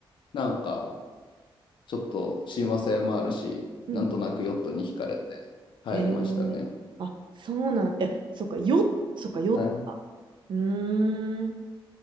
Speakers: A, on the left; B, on the right.
A: なんか、ちょっと親和性もあるし、
B: うんうん。
A: なんとなくヨットに惹かれて入りましたね。
B: へえ。あ、そうなん、いや、そっか、よ、そっか、よ、
A: はい、
B: うーん。